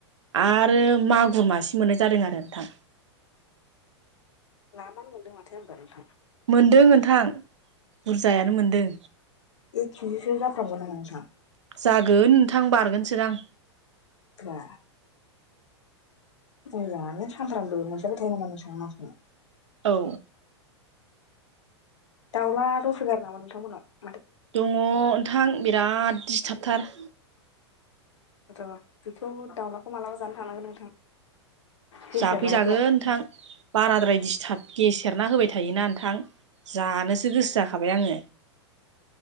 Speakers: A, on the right; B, on the left.
A: आरो
B: औ
A: मागुर मासे मोननाय जादों आरो नोंथां
B: ग्लामआमानो मोनदों माथो होमबा नोंथां
A: मोनदों नोंथां बुरजायानो मोनदों
B: एक केजिसो जाफ्रामगोन नामा नोंथां
A: जागोन नोंथां बारगोनसोदां
B: बा बुरजायानो सानफ्रोमबो मोनजाबाय थायो नामा नोंसा नाखौ?
A: औ
B: दाउला दंसोगारो नामा नोंथांमोनाव
A: दङ नोंथां बिराद दिस्टाबथार
B: र' बेखौ दाउलाखौ मालाबा जानो थांनांगोन नोंथां गेसेेरनायखौ
A: जाफैजागोन नोंथां बाराद्राय दिस थाब गेसेरना होबाय थायोना नोंथां जानोसो गोसो जाखाबाय आंङो